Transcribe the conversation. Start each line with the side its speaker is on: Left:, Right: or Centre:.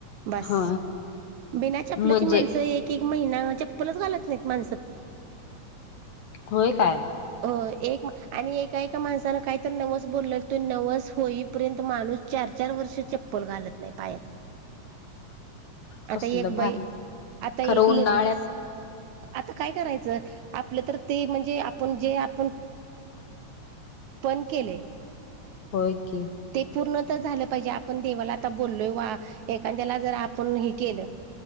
Right: बस
Left: हा
Right: बिना चप्पल्याची
Left: म्हणजे
Right: माणसं एक एक महिना चप्पलच घालत नाही माण
Left: होय काय
Right: हो एक म आणि एका एका माणसानं काहीत नवस बोलले तो नवस होईपर्यंत माणूस चार चार वर्षाच्या चप्पल घालत नाही पायात. आता
Left: कसलं
Right: एक
Left: भारी
Right: बाई आता एक
Left: खरं
Right: लेडीज
Left: उन्हाळ्यात
Right: आता काय करायचं आपलं तर ते म्हणजे आपण जे आपण उ बण केले. <inaudible>
Left: होय. की
Right: ते पूर्ण झालं पाहिजे आपण देवाला आता बोललोय वा एखाद्याला जर आपण हे केलं.